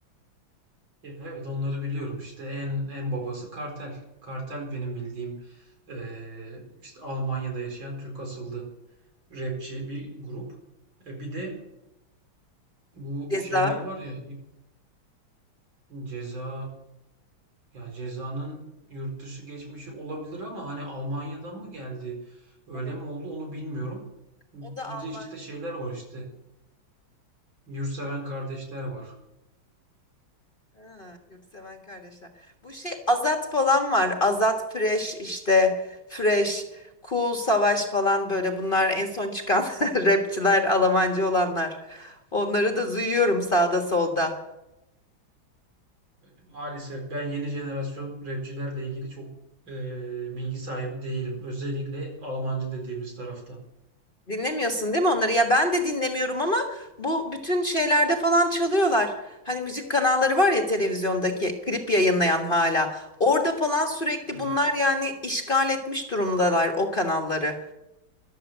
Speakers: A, on the right (about 70°); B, on the left (about 30°).
A: Ya Evet onları biliyorum İşte en en babası Kartel. Kartel benim bildiğim eee, işte Almanya'da yaşayan Türk asıllı rapçi bir grup. E, bir de bu
B: <laughs> Ceza.
A: şeyler var ya Ceza Ya cezanın yurt dışı geçmişi olabilir ama hani Almanya'dan mı geldi? Öyle
B: Evet.
A: mi oldu onu bilmiyorum. Bir
B: O da Alman.
A: de işte şeyler var işte. Yurtseven kardeşler var.
B: Ha, yurtseven kardeşler. Bu şey Azat falan var. Azat Fresh işte. Fresh. Cool Savaş falan böyle bunlar en son çıkan <laughs> rapçiler Almancı olanlar. Onları da duyuyorum sağda solda.
A: Maalesef ben yeni jenerasyon rapçilerle ilgili çok eee, bilgi sahibi değilim. Özellikle Almancı dediğimiz taraftan.
B: Dinlemiyorsun değil mi onları? Ya ben de dinlemiyorum ama bu bütün şeylerde falan çalıyorlar. Hani müzik kanalları var ya televizyondaki klip yayınlayan hala. Orada falan sürekli
A: Evet.
B: bunlar yani işgal etmiş durumdalar o kanalları.